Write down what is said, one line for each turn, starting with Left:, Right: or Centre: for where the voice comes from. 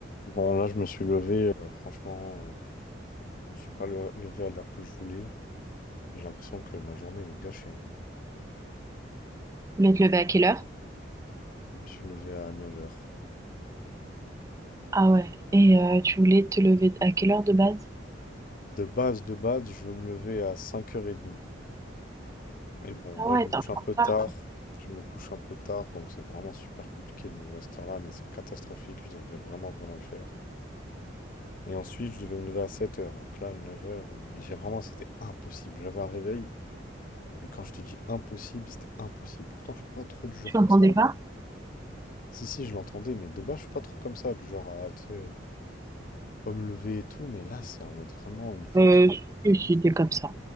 Left: Bon, là, je me suis levé, euh, franchement, euh, je me suis pas le- levé à l'heure que je voulais. J'ai l'impression que ma journée, elle est gâchée.
Right: Tu voulais te lever à quelle heure?
Left: Je me suis levé à 9h.
Right: Ah ouais. Et euh, tu voulais te lever à quelle heure de base?
Left: De base, de base, je veux me lever à 5h30. Mais bon,
Right: Ah
Left: là,
Right: ouais,
Left: je me
Right: t'es
Left: couche
Right: un peu
Left: un
Right: en
Left: peu tard.
Right: retard.
Left: Je me couche un peu tard, donc c'est vraiment super compliqué de me lever à cette heure-là, mais c'est catastrophique. Je devrais vraiment, vraiment le faire. Et ensuite, je devais me lever à 7h. Donc là, 9h, mais j'ai vraiment, c'était impossible. J'avais un réveil, mais quand je te dis impossible, c'était impossible. Pourtant, je suis pas trop du genre
Right: Tu t'entendais
Left: comme ça.
Right: pas?
Left: Si, si, je l'entendais, mais de base, je suis pas trop comme ça, du genre, à, tu sais, pas me lever et tout, mais là, c'est en mode vraiment une fatigue.
Right: Euh, si, si, t'es comme ça.